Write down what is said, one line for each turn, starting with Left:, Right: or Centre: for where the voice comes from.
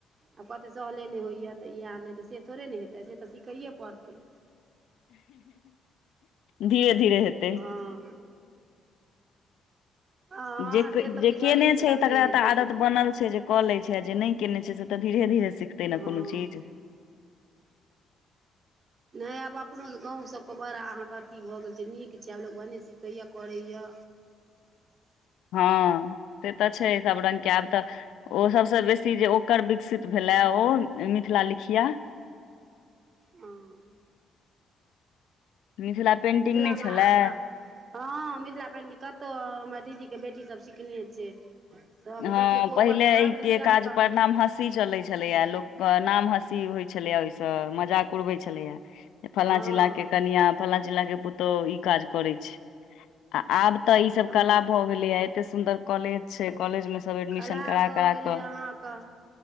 Right: आ सहले नहि होइए तऽ इएह नहि तऽ से थोड़े ने हेतै से तऽ सिखैयए पड़तै
Left: धीरे धीरे हेत
Right: हँ हँ
Left: जे
Right: से तऽ
Left: जे
Right: बुझलियै
Left: केयने
Right: से
Left: छै
Right: तऽ आब जे
Left: तकरा
Right: हेतै
Left: तऽ
Right: से
Left: आदत बनल छै जे कऽ लै छै आ जे नहि केयने छै से तऽ धीरे धीरे सिखते ने
Right: हँ
Left: कोनो चीज
Right: नहि आब अपनो गाँव सभके बड़ा अहाँके अथी भऽ गेल छै नीक छै आब लोको भने सिखैया करैए
Left: हँ से तऽ छै सब रंग के आब तऽ ओ सभसँ बेसी जे ओकर विकसित भेलए ओ मिथिला लिखिया
Right: हँ
Left: मिथिला पेन्टिंग
Right: मिथिलामे
Left: नहि छलै
Right: आब हँ मिथिला पेंटिंग कतहु हमर दीदीके बेटी सब सिखने छै सभ
Left: ह
Right: देखियै कोबर
Left: पहिले
Right: सभ
Left: एहि
Right: रङ्ग
Left: के
Right: बिरङ्गके
Left: काज परणाम हँसी चले छै छलैया लोकके नाम हँसी होइ छलैया ओहिसँ मजाक उड़बै छलैया फल्ला
Right: हँ
Left: चिलला के कनिया फल्ला चिल्ला के पुतोहु ई काज करै छै आ आब तऽ ई सब
Right: हँ
Left: कला भऽ गेले य एते सुंदर कॉलेज छै कॉलेज मे सब एडमिशन
Right: कला
Left: करा
Right: भऽ
Left: करा
Right: गेलै
Left: कऽ
Right: अहाँके